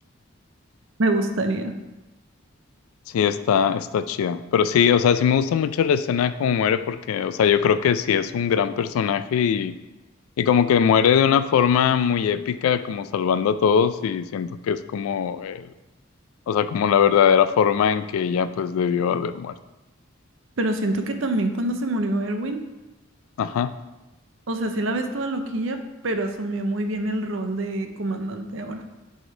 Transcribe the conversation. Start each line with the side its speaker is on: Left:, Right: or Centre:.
Right: me gustaría.
Left: Sí, está, está chida. Pero sí, o sea, sí me gusta mucho la escena como muere porque, o sea, yo creo que sí es un gran personaje y, y como que muere de una forma muy épica, como salvando a todos y siento que es como el, o sea, como la verdadera forma en que ella pues debió haber muerto.
Right: Pero siento que también cuando se murió Erwin,
Left: Ajá.
Right: o sea, sí la ves toda loquilla, pero asumió muy bien el rol de comandante ahora.